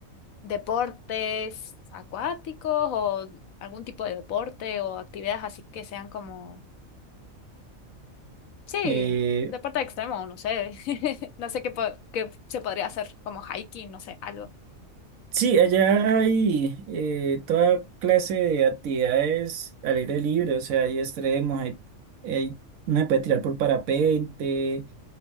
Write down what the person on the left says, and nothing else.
deportes acuáticos o algún tipo de deporte o actividades así que sean como, sí,
deporte extremo, no sé, <laughs> no sé qué, po- qué se podría hacer como hiking, no sé, algo.